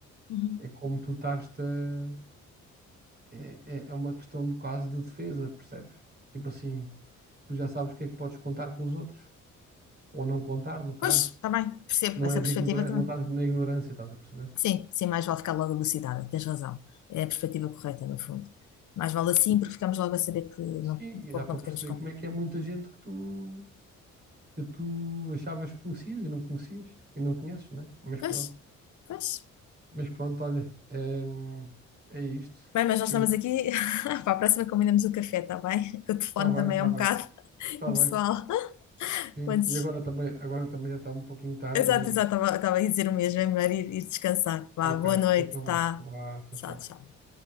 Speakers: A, on the left; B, on the right.
A: Uhum.
B: É como tu estás a... É, é é uma questão de quase de defesa, percebes? Tipo assim, tu já sabes o que é que podes contar com os outros, ou não contar, no caso.
A: pois, está bem, percebo
B: Não
A: essa
B: és
A: perspectiva
B: ignorante,
A: também.
B: não estás na ignorância, estás a perceber?
A: Sim, sim, mais vale ficar logo elucidada, tens razão. É a perspectiva correta, no fundo. Mais vale assim, porque ficamos logo a saber que
B: Sim,
A: não,
B: e
A: com
B: dá
A: o que
B: para
A: não
B: perceber
A: podemos contar.
B: como é que é muita gente que tu, que tu achavas que conhecias e não conhecias e não conheces, não é? Mas
A: Pois,
B: pronto,
A: pois.
B: mas pronto, olha, hum, é, isto.
A: Bem, mas nós
B: Eu,
A: estamos aqui. <laughs> Para a próxima combinamos o café, está bem? <laughs> Que o telefone
B: está bem,
A: também
B: está
A: é um
B: bem,
A: bocado <laughs>
B: está
A: pessoal.
B: bem. Sim.
A: antes.
B: E agora também, agora também já está um pouquinho tarde
A: Exato,
B: e
A: exato, estava a dizer o mesmo, é melhor ir, ir descansar. Vá,
B: ok,
A: boa noite,
B: então
A: tá?
B: vá, vá, tchau,
A: Tchau,
B: tchau.
A: tchau.